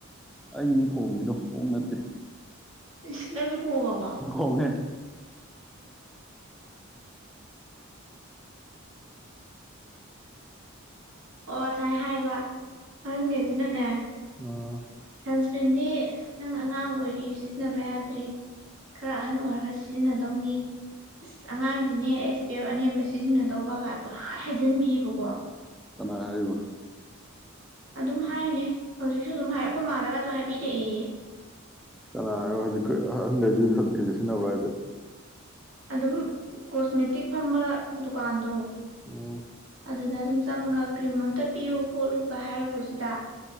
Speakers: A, in the centre; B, on the right.
A: ꯑꯩꯅꯤ ꯈꯣꯡꯉꯤꯗꯣ ꯑꯣꯛ ꯅꯠꯇꯦ
B: ꯏꯁ ꯅꯪꯖꯨ ꯈꯣꯡꯉꯕꯣ
A: ꯈꯣꯡꯉꯦ
B: ꯑꯣ ꯁꯥꯏ ꯍꯥꯏꯕ ꯑꯍꯟꯒꯩꯖꯤꯅꯅꯦ
A: ꯑꯥ
B: ꯁꯟꯁꯀ꯭ꯔꯤꯟꯗꯤ ꯅꯪ ꯑꯉꯥꯡ ꯑꯣꯏꯔꯤ ꯔꯤ ꯁꯤꯖꯤꯟꯅꯕ ꯌꯥꯗ꯭ꯔꯤ ꯈꯔ ꯑꯍꯟ ꯑꯣꯏꯔꯒ ꯁꯤꯖꯤꯟꯅꯗꯧꯅꯤ ꯏꯁ ꯑꯉꯥꯡꯗꯤꯅꯦ ꯑꯦꯁ ꯄꯤ ꯑꯦꯐ ꯑꯅꯦꯝꯕ ꯁꯤꯖꯤꯟꯅꯗꯧꯕ ꯒꯥꯏ ꯄꯪꯍꯥꯏ ꯍꯥꯏꯖꯤꯟꯕꯤꯑꯀꯣ
A: ꯀꯅꯥ ꯍꯥꯏꯔꯤꯕ
B: ꯑꯗꯨꯝ ꯍꯥꯏꯔꯤꯅꯦ ꯍꯧꯖꯤꯛꯁꯨ ꯑꯗꯨꯝ ꯍꯥꯏ ꯑꯩꯈꯣꯏ ꯃꯥꯗꯀꯁꯨ ꯍꯥꯏꯕꯤꯔꯛꯑꯦꯌꯦ
A: ꯀꯅꯥ ꯍꯥꯏꯕ ꯍꯧꯖꯤꯛ ꯑꯍꯟꯒꯩꯖꯤꯖꯨ ꯁꯟꯁꯀ꯭ꯔꯤꯟ ꯁꯤꯖꯤꯟꯅꯕ꯭ꯔꯥ ꯍꯥꯏꯁꯦ
B: ꯑꯗꯨꯝ ꯀꯣꯁꯃꯦꯇꯤꯛ ꯐꯝꯕ ꯗꯨꯀꯥꯟꯗꯣ
A: ꯎꯝ
B: ꯑꯗꯨꯗ ꯑꯗꯨꯝ ꯆꯪꯉꯒ ꯀ꯭ꯔꯤꯝ ꯑꯝꯇ ꯄꯤꯌꯨ ꯈꯣꯠꯂꯨꯀ ꯍꯥꯏꯔꯨꯕꯖꯤꯗ